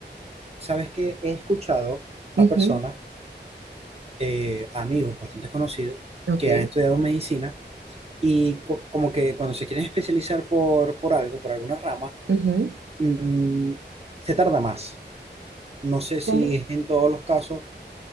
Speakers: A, on the right; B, on the right.
A: ¿Sabes que He escuchado a
B: Ujú,
A: personas eh, amigos bastante conocidos
B: ok,
A: que han estudiado medicina y cu- como que cuando se quieren especializar por, por algo, por alguna rama,
B: ujú,
A: mm, se tarda más. No sé si
B: ¿cómo?
A: es en todos los casos